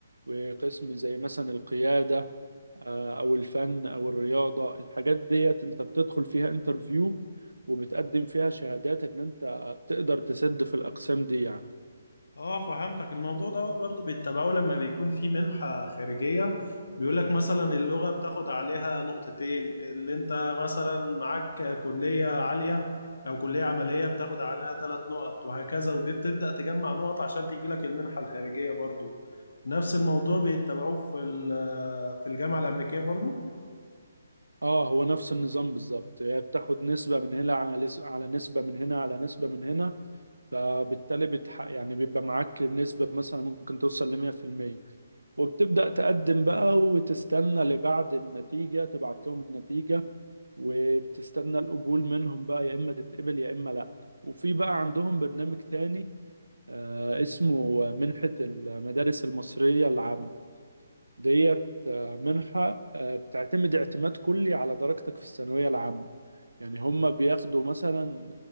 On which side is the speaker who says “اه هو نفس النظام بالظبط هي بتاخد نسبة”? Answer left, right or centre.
Right